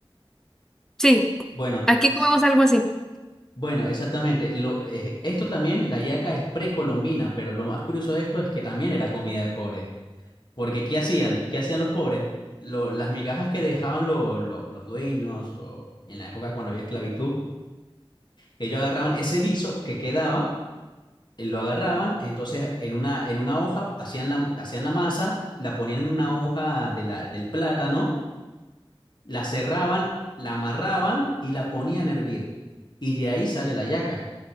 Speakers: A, in the centre; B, on the left.
A: Sí,
B: Bueno,
A: aquí
B: s-
A: comemos algo así.
B: bueno, exactamente. Lo, eh, esto también, la yaca es precolombina, pero lo más curioso de esto es que también era comida de pobre. Porque ¿qué hacían? ¿Qué hacían los pobres? Lo- las migajas que dejaban lo- lo- los dueños o en la época cuando había esclavitud, ellos agarraban ese guiso que quedaba eh, lo agarraban, entonces en una, en una hoja hacían la, hacían la masa, la ponían en una hoja de la, del plátano, la cerraban, la amarraban y la ponían a hervir. Y de ahí sale la yaca.